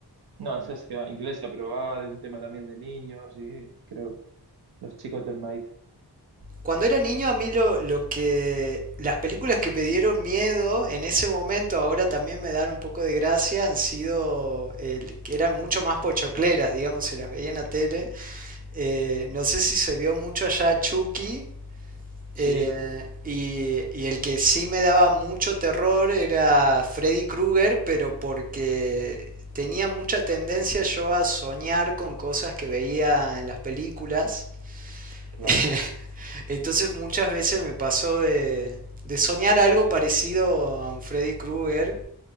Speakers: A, on the right; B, on the right.
A: no, esa es eh, inglesa, pero va de un tema también de niños y creo, los chicos del maíz.
B: Cuando era niño a mí lo, lo que... Las películas que me dieron miedo en ese momento, ahora también me dan un poco de gracia, han sido... el- que eran mucho más pochocleras, digamos, se las veía en la tele. Eh, no sé si se vio mucho allá Chucky.
A: Sí,
B: Eh, y, y el que sí me daba mucho terror era Freddy Krueger, pero porque tenía mucha tendencia yo a soñar con cosas que veía en las películas.
A: claro,
B: <laughs> Entonces muchas veces me pasó de, de soñar algo parecido a un Freddy Krueger